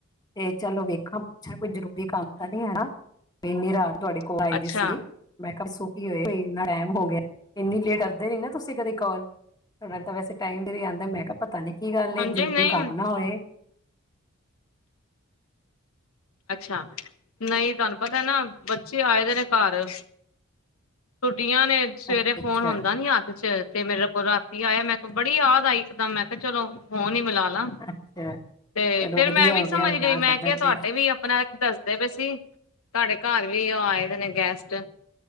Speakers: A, on the left (about 20°); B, on the left (about 80°).
A: ਤੇ' ਚਲੋ ਵੇਖਾਂ ਪੁੱਛਾਂ ਕੋਈ ਜ਼ਰੂਰ''। ਵੀ ਕੰਮ ਤਾਂ ਨਹੀਂ ਹੈ ਨਾ, ਇੰਨੀ ਰਾਤ ਤੁਹਾਡੀ ਕੋਲ
B: ਅੱਛਾ-ਅੱਛਾ
A: ਆਈ ਦੀ ਸੀਗੀ! ਮੈਂ ਕਿਹਾ ਸੁਖੀ ਹੀ ਹੋਏ ਇਨਾਂ ਟਾਈਮ ਹੋ ਗਿਆ! ਇੰਨੀ ਲੇਟ ਅਧਦੇ ਨੀ ਨਾ- ਤੁਸੀਂ ਕਦੇ ਕਾਲ! ਥੋੜ੍ਹਾ ਤਾਂ ਵੈਸੇ ਟਾਈਮ ਦੇ ਵੀ ਆਂਦਾ 'ਮੈਂ ਕਿਹਾ ਪਤਾ ਨੀ ਕੀ ਗੱਲ ਹੈ!
B: ਹਾਂਜੀ
A: ਜ਼ਰੂਰੀ
B: ਨਹੀਂ
A: ਕੰਮ ਨਾ ਹੋਏ!
B: ਅੱਛਾ! ਨਹੀਂ ਤੁਹਾਨੂੰ ਪਤਾ ਨਾ- ਬੱਚੇ ਆਏ ਦੇ ਨੇ ਘਰ! ਛੁੱਟੀਆਂ ਨੇ ਸਵੇਰੇ
A: ਅੱਛਾ
B: ਫੋਨ
A: ਅੱਛਾ
B: ਹੁੰਦਾ ਨੀ ਹੱਥ 'ਚ ਤੇ ਮੇਰੇ! ਉਹ ਰਾਤੀ ਆਇਆ'ਮੈਂ ਕਿਹਾ ਬੜੀ ਯਾਦ ਆਈ 'ਇੱਕਦਮ ਮੈਂ ਕਿਹਾ ਚਲੋ ਫੋਨ ਹੀ ਮਿਲਾ ਲਾ'।
A: ਅੱਛਾ
B: ਤੇ
A: ਚਲੋ
B: ਫੇਰ
A: ਵਧੀਆ
B: ਮੈਂ ਵੀ
A: ਹੋ ਗਿਆ
B: ਸਮਝ
A: ਯਾਦ
B: ਗਈ ਮੈਂ
A: ਕਰ
B: ਕਿਹਾ
A: ਲੈਂਦੇ
B: ਤੁਹਾਡੇ
A: ਹੋ
B: ਵੀ'। ਆਪਣਾ ਦੱਸਦੇ ਪਏ ਸੀ' ਤੁਹਾਡੇ ਘਰ ਵੀ ਉਹ ਆਏ ਦੇ ਨੇ ਗੈਸਟ!